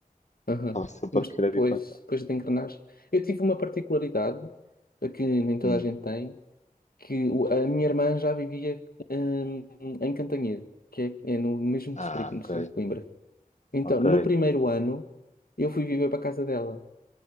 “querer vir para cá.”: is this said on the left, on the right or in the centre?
Left